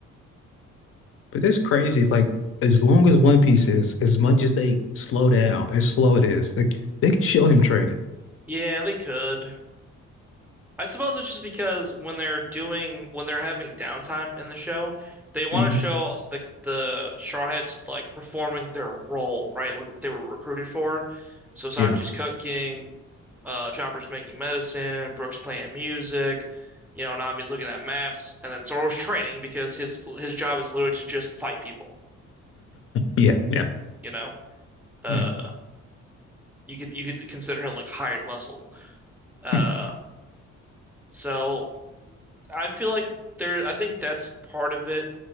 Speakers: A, on the left (about 45°); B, in the centre.
A: But that's crazy. Like as long as One Piece is, as much as they slow down, as slow it is, like they can show him training.
B: Yeah, they could. I suppose it's just because when they're doing when they're having downtime in the show, they want
A: hmm
B: to show the the Shawheads like performing their role, right? Like what they were recruited for. So Sanji's
A: Yeah.
B: cooking, uh, Chopper's making medicine, Brooks playing music, you know, Nami's looking at maps, and then Zoro's training because his his job is literally to just fight people,
A: Yeah. Yeah.
B: you know? Uh,
A: Mm.
B: you could you could consider him like hired muscle. Uh,
A: <laughs>
B: so I feel like there, I think that's part of it.